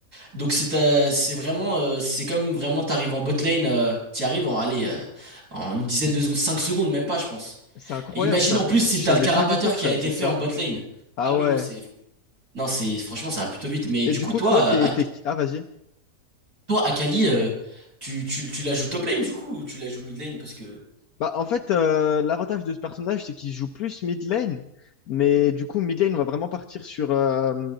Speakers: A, on the right; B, on the left.
A: donc c'est ta- c'est vraiment, euh, c'est comme vraiment, t'arrives en bot lane, euh, t'y arrives en, allez, euh, en une dizaine de secondes, 5 secondes, même pas, je pense.
B: C'est incroyable
A: Et imagine
B: ça.
A: en plus si
B: Je
A: t'as
B: savais
A: le carapateur
B: pas du tout que
A: qui
B: ça
A: a été
B: faisait
A: fait
B: ça.
A: en bot lane.
B: Ah
A: Ah oui,
B: ouais.
A: non, c'est, non, c'est, franchement, ça va plutôt vite. Mais du
B: Et du
A: coup,
B: coup,
A: toi,
B: toi,
A: euh,
B: t'es...
A: à-
B: t'es... Ah, vas-y.
A: toi, Akali, euh, tu, tu, tu la joues top lane du coup ou tu la joues mid lane parce que.
B: Bah, en fait, euh, l'avantage de ce personnage, c'est qu'il joue plus mid lane, mais du coup, mid lane, on va vraiment partir sur, euh,